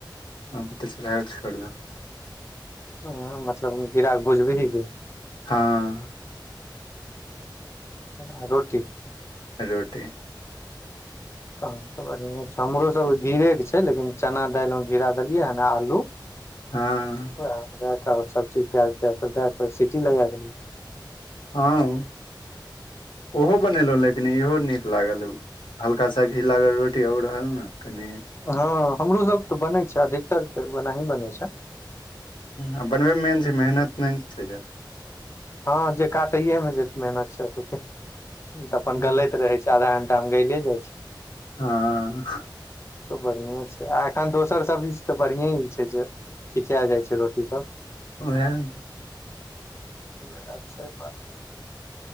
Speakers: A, on the left; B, on the left.
A: <unintelligible>
B: हूँ मतलब घीरा कऽ भुजबीही की
A: हँ
B: आ रोटी
A: रोटी
B: तहन तऽ बढ़ियाँ छै हमरो सब घिरे के छै लेकिन चना दालि में घिरा देलियै हँ आ आलू <inaudible>
A: हँ
B: वहाँ मऽ दै कऽ सबचीज प्याज त्याज सब दै कऽ सीटी लगा देलिए
A: हँ <inaudible> ओहो बनेलहुँ लेकिन इहो नीक लागल हल्का सा घी लागल रोटी आउर रहल ने कनि
B: हँ हमरो सब तऽ बनेै छै अधिकतर तऽ ओनाही बनेै छै
A: आ बनबै मे मेन छै मेहनत नहि ने छै ज्यादा
B: हँ जे काटै मे जे मेहनत छै <inaudible> तऽअपन गलैत
A: हँ
B: रहे छै आधा घंटा में गैले जाइ छै
A: <unintelligible>
B: त बढ़िए छै आ एखन दोसर सब्जी स तऽ बढ़िए ई छै जे खीचा जाइ छै रोटी सब
A: ओहे नऽ
B: उहाय छै बात